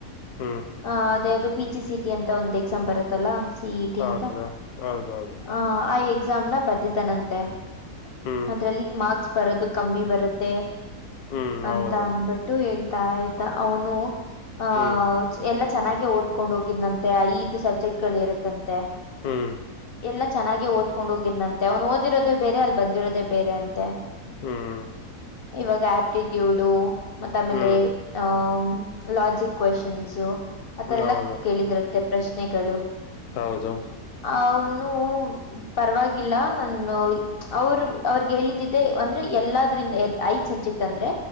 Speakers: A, on the left; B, on the left.
A: ಹ್ಮ್
B: ಹ ಅದೇ ಅದು ಪಿಜಿ ಸಿಟಿ ಅಂತ ಒಂದ್ ಎಕ್ಸಾಮ್ ಬರುತ್ತಲ್ಲ. ಸಿಟಿ
A: ಹೌದು
B: ಅಂತ
A: ಹೌದೌದು
B: ಹ ಆಯ. ಎಕ್ಸಾಮ್ನ ಬರೆದಿದ್ದಾನಂತೆ
A: ಹ್ಮ್
B: ಅದ್ರಲ್ಲಿ ಮಾರ್ಕ್ಸ್ ಬರೋದು ಕಮ್ಮಿ ಬರುತ್ತೆ.
A: ಹ್ಮ್
B: ಅಂತ
A: ಹೌದು
B: ಅನ್ಬಿಟ್ಟು ಹೇಳ್ತಾ ಇದ್ದ ಅವನು ಅಹ
A: ಹ್ಮ್
B: ಎಲ್ಲ. ಚೆನ್ನಾಗಿ ಓದ್ಕೊಂಡು ಹೋಗಿದ್ನಂತೆ ಐದು ಸಬ್ಜೆಕ್ಟ್ ಗಳು ಇರುತ್ತಂತೆ.
A: ಹ್ಮ್.
B: ಎಲ್ಲಾ ಚೆನ್ನಾಗಿ ಓದ್ಕೊಂಡ್ ಹೋಗಿದನಂತೆ ಅವ್ನು ಓದಿರೋದೇ ಬೇರೆ ಅಲ್ಲಿ ಬಂದಿರೋದೇ ಬೇರೆ ಅಂತೆ.
A: ಹ್ಮ್
B: ಇವಾಗ ಆಪ್ಟಿಟ್ಯೂಡು ಮತ್ತ ಆಮೇಲೆ
A: ಹ್ಮ್
B: ಅಹ್ ಲಾಜಿಕ್. ಕ್ವಶನ್ಸು ಆಥರ
A: ಹ್ಮ್ ಹೌದು
B: ಎಲ್ಲ ಕೇಳಿದರಂತ್ತೆ ಪ್ರಶ್ನೆಗಳು.
A: ಹೌದು.
B: ಅವನು ಪರವಾಗಿಲ್ಲ ನಾನು ಅವರು ಅವ್ರಗೆ ಹೇಳಿದ್ದಿದ್ದೆ ಅಂದ್ರೆ. ಎಲ್ಲಾದ್ರಿಂದ ಐದ ಸಬ್ಜೆಕ್ಟ್ ಅಂದ್ರೆ.